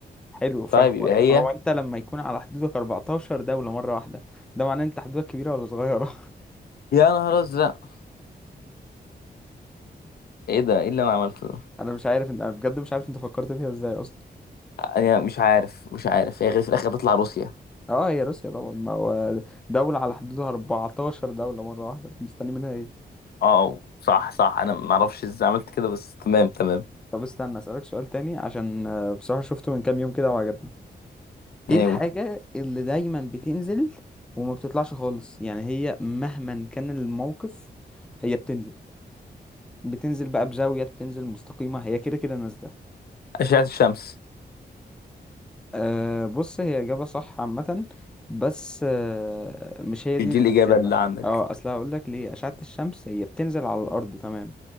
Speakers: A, in the centre; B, on the left (about 65°).
A: حلو فهو
B: طيب يبقى هي
A: فهو انت لما يكون على حدودك 14 دولة مرة واحدة ده معناه ان انت حدودك كبيرة ولا صغيرة
B: يا نهار ازرق ايه ده ايه اللي انا عملته
A: <laughs>
B: ده
A: انا مش عارف انت انا بجد مش عارف انت فكرت فيها ازاي اصلا
B: انا مش عارف مش عارف هي غير في الاخر تطلع روسيا
A: اه هي روسيا طبعا ما هو دولة على حدودها 14 دولة مرة واحدة مستني منها
B: اه صح صح انا ما اعرفش ازاي عملت كده بس تمام تمام
A: طب استنى اسألك سؤال تاني عشان آه، بصراحة شفته من كام يوم كده وعجبني ايه
B: ايوه
A: الحاجة اللي دايما بتنزل وما بتطلعش خالص يعني هي مهما كان الموقف هي بتنزل بتنزل بقى بزاوية بتنزل مستقيمة هي كده كده نازلة
B: اشعه الشمس
A: أه بص هي إجابة صح عامة بس أه مش هي دي
B: مش دي
A: الإجابة
B: الاجابه اللي عندك
A: اه اصل هقول لك ليه أشعة الشمس هي بتنزل على الأرض تمام